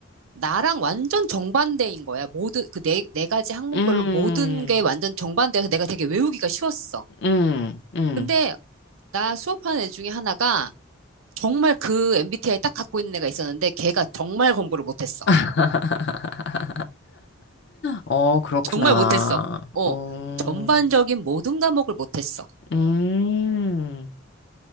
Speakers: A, on the right (about 75°); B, on the left (about 55°).
A: 나랑 완전 정반대인 거야. 모든, 그 네, 네 가지 항목별로
B: 음,
A: 모든 게 완전 정반대여서 내가 되게 외우기가 쉬웠어.
B: 음, 음.
A: 근데 나 수업하는 애 중에 하나가 정말 그 MBTI 딱 갖고 있는 애가 있었는데 걔가 정말 공부를 못했어.
B: <laughs> 어, 그렇구나.
A: 정말 못했어. 어,
B: 어.
A: 전반적인 모든 과목을 못했어.
B: 음,